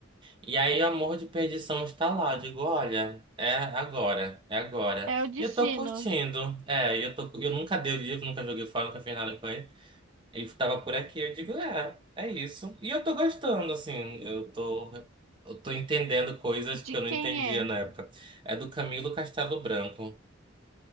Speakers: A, on the right; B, on the right.
A: E aí o Amor de Perdição está lá. Eu digo, olha, é agora, é agora.
B: É o destino.
A: E eu tô curtindo. É, e eu tô, eu nunca dei o livro, nunca joguei fora, nunca fiz nada com ele. Ele tava por aqui, eu digo, é, é isso. E eu tô gostando, assim, eu tô, eu tô entendendo coisas
B: De
A: que eu não
B: quem
A: entendia
B: é?
A: na época. É do Camilo Castelo Branco.